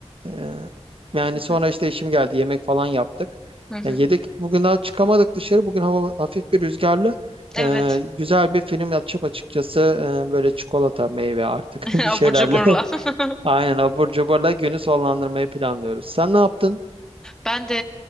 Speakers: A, on the right (about 50°); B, in the centre.
A: Ee, yani
B: Hı
A: sonra işte işim geldi yemek falan yaptık.
B: hı.
A: Yani yedik bugün daha çıkamadık dışarı bugün hava hafif bir rüzgarlı.
B: Evet.
A: Ee, güzel bir film açıp açıkçası e, böyle çikolata meyve artık
B: <laughs>
A: <laughs> bir şeylerle
B: Abur cuburla. <laughs>
A: <laughs> aynen abur cuburla günü sonlandırmayı planlıyoruz. Sen ne yaptın?
B: Ben de